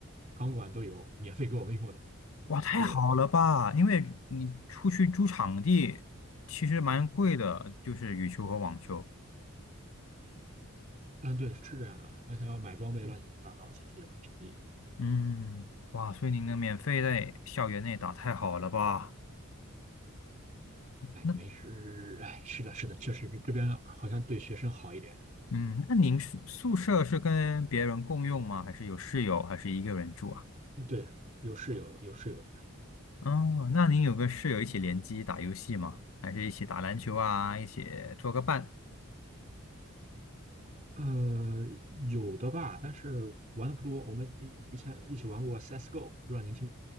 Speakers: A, on the right; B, on the left.
A: 场馆都有免费给我们用的。
B: 哇，太好了吧！
A: 对，
B: 因为你出去租场地其实蛮贵的，就是羽球和网球。
A: 嗯，对，是这样的，而且要买装备乱嗯七八糟，其实也不便宜。
B: 嗯，哇，所以您能免费在校园内打，太好了吧？
A: 哎，
B: 那
A: 没事，哎，是的，是的，确实这边好像对学生好一点。
B: 嗯，那您宿宿舍是跟别人共用吗？还是有室友，还是一个人住啊？
A: 嗯对，有室友，有室友的，
B: 哦，那您有跟室友一起联机打游戏吗？还是一起打篮球啊？一起做个伴？
A: 呃，有的吧，但是玩的不多。我们以以前一起玩过 CS:GO，不知道您听